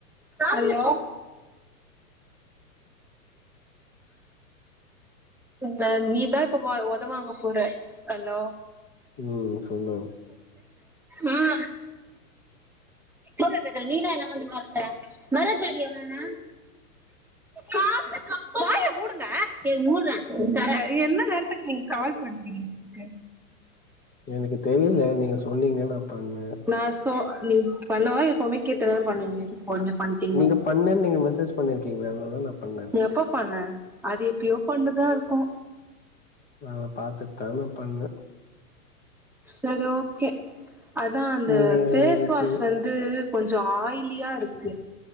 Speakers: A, in the centre; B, on the left.
A: ஹலோ இந்த நீதான் இப்ப ஒதவாங்க போற ஹலோ
B: ம் சொல்லுங்
A: உம் போன்ல பேசுர நீனா என்னா வந்து மேரட்ர மிரட்ராடி அவ என்ன காதுல கப்பல் வாய மூடுங்க சரி மூட்ரன் தரன் என்ன நேரதுக்குநீங்க கால் பண்ணுக்க நீங்க எனக்கு
B: எனக்கு தெரிய்ல நீங்க சொன்னீங்க நா பண்ணே
A: நா சோ நீ பண்ணவா எப்பவுமே கேட்டு தான பண்ணுவீங்க உடனே பண்ட்டீங்க
B: நீங்க பண்ணேனு நீங்க மெசேஜ் பண்ணிருக்கீங்க அதுனால நா பண்ணே
A: எப்ப பண்ணே அது எப்பையோ பண்ணதா இருக்கு
B: நா அத பாத்துட்டு தா நா பண்ணே
A: செரி ஓகே அதா அந்த
B: நீங்க
A: ஃபேஸ்
B: எனக்கு
A: வாஷ் வந்து கொஞ்சோ ஆயி யிலியா இருக்கு